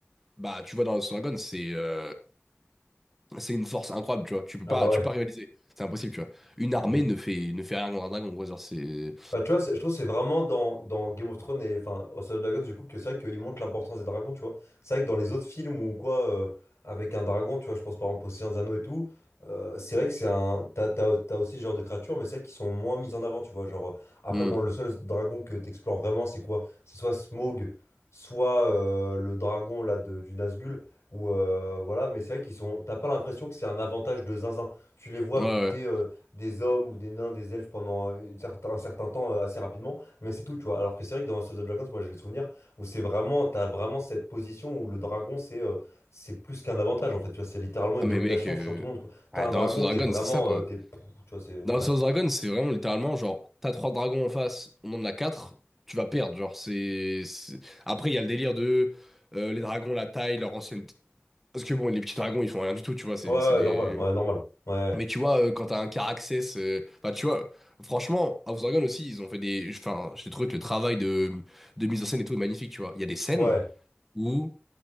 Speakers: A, in the centre; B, on the left.
A: bah, tu vois, dans House Dragon, c'est euh, c'est une force incroyable, tu vois, tu peux
B: Ah,
A: pas,
B: bah ouais.
A: tu peux pas rivaliser, c'est impossible, tu vois. Une armée
B: Mm.
A: ne fait, ne fait rien contre un dragon, gros genre, c'est...
B: Bah, tu vois, c'est- je trouve que c'est vraiment dans, dans Game of Thrones et enfin House of Dragons, du coup, que c'est vrai qu'ils montrent l'importance des dragons, tu vois. C'est vrai que dans les autres films ou quoi, euh, avec un dragon, tu vois, je pense par exemple aux Seigneurs des Anneaux et tout, euh, c'est vrai que c'est un. T'as, t'as, t'as aussi ce genre de créatures, mais c'est vrai qu'ils sont moins mis en avant, tu vois. Genre, euh, après,
A: Hmm.
B: bon, le seul dragon que t'explores vraiment, c'est quoi? C'est soit Smaug, soit euh, le dragon là de- du Nazgûl, ou euh, voilà, mais c'est vrai qu'ils sont. T'as pas l'impression que c'est un avantage de zinzin. Tu les vois
A: Ouais,
B: buter.
A: ouais.
B: euh, des hommes ou des nains, des elfes pendant une certain- un certain temps euh, assez rapidement, mais c'est tout, tu vois. Alors que c'est vrai que dans House of the Dragons, moi j'ai le souvenir où c'est vraiment, t'as vraiment cette position où le dragon c'est euh, c'est plus qu'un avantage en fait, tu vois, c'est littéralement une
A: Ah,
B: domination
A: mais mec, euh,
B: sur tout le monde, quoi. T'as
A: ah,
B: un
A: dans
B: dragon,
A: House of Dragon,
B: t'es vraiment,
A: c'est ça, quoi.
B: euh, t'es, pff, tu vois, c'est,
A: Dans
B: ouais.
A: House of Dragon, c'est vraiment littéralement genre, t'as trois dragons en face, on en a quatre, tu vas perdre. Genre, c'est. c'est- Après, il y a le délire de euh, les dragons, la taille, leur ancienne. Parce que bon, les petits dragons, ils font rien du tout, tu vois, c'est
B: Ouais,
A: c'est
B: ouais,
A: des.
B: normal, ouais, normal, ouais,
A: Mais tu vois, euh, quand t'as un Caraxès. euh, Enfin, tu vois, franchement, House of Dragon aussi, ils ont fait des. Enfin, j'ai trouvé que le travail de... de mise en scène et tout est magnifique, tu vois. Il y a des scènes
B: ouais,
A: où